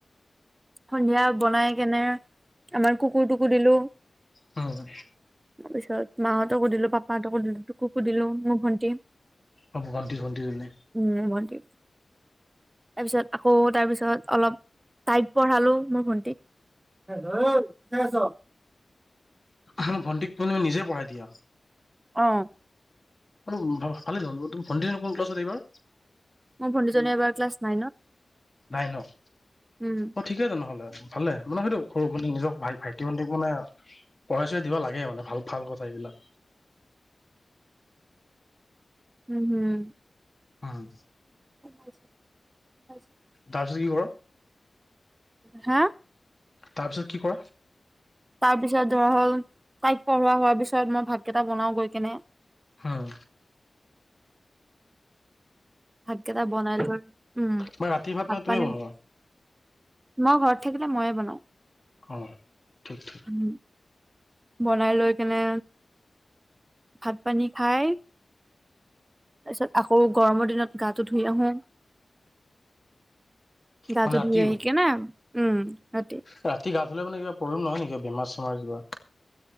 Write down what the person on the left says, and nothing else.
উম হু।
অ, ভণ্টি ভন্টিজনি।
<unintelligible> ভণ্টিক তুমি মানে নিজে পঢ়াই দিয়া?
অতো ভাল ভালে দেখোন, ত তো ভন্টিজনী কোন ক্লাছত এইবাৰ?
নাইনত
অত ঠিকেতো নহ'লে, ভালে মানে সেইটো সৰু মানে নিজৰ ভাই ভাইটি ভণ্টিক মানে পঢ়াই চোৱাই দিব লাগে মানে ভাল ভাল কথা এইবিলাক।
উম।
তাৰপিছত কি কৰ
তাৰপিছত কি কৰা?
হুম।
মানে ৰাতি
মানে
তুমি বনোৱা
অ, ঠিক-ঠিক।
মানে ৰাতিও
ৰাতি গা ধুলে মানে কিবা প্ৰব্লেম নহয় নেকি বেমাৰ - চেমাৰ কিবা?